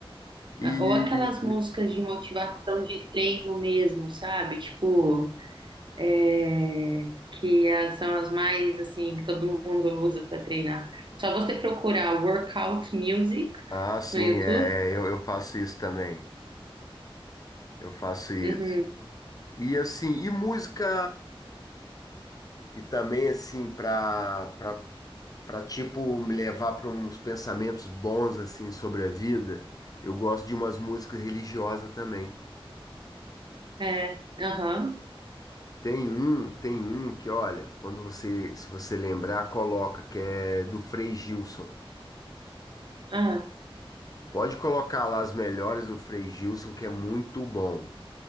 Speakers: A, on the left; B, on the right.
A: E
B: Ah, Ou aquelas músicas de motivação de treino mesmo, sabe? Tipo, é, que elas são as mais assim que todo mundo usa para treinar. Só você procurar workout music
A: ah, sim,
B: no YouTube.
A: é, eu, eu faço isso também. Eu faço isso.
B: Uhum.
A: E assim, e música e também assim para Pra tipo me levar pra uns pensamentos bons assim sobre a vida, eu gosto de umas músicas religiosas também.
B: É, aham.
A: Tem um, tem um que, olha, quando você, se você lembrar, coloca, que é do Frei Gilson.
B: Ah,
A: Pode colocar lá as melhores do Frei Gilson, que é muito bom.